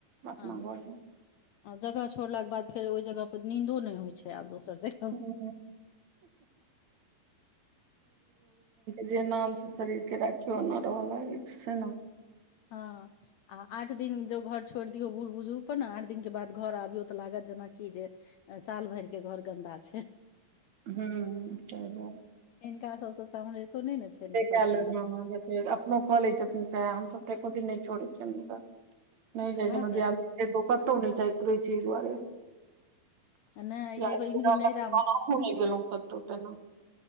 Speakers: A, on the right (about 55°); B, on the left (about 80°).
A: अपना
B: हँ
A: घर मे
B: जगह छोड़लाक के बाद फेर ओहि जगह पर नींदो नहि होइ छै आब दोसर ज
A: <unintelligible> जेना शरीर के राखियौ ओना रहऽ लागैत छै सेना
B: हँ आ आठ दिन जो घर छोड़ि दियौ बुढ़ बुजुर्ग पर ने आठ दिन के बाद घर आबियौ तऽ लागत जेनाकि जे साल भरि के घर गन्दा छै
A: हू
B: हिनका सबस समरैतो नहि ने छै ने सबचीज
A: कैल हँ अपनो कऽ लै छथिन सएह हमसभ तऽ एको दिन नहि छोड़ैत छियनि हुनका नहि
B: उएह
A: जाइ छनिाद
B: तऽ
A: दुोखत हो नहि चाही तू ई चीज बारे <unintelligible>
B: आ नहि हे इम्हरे नहिरामे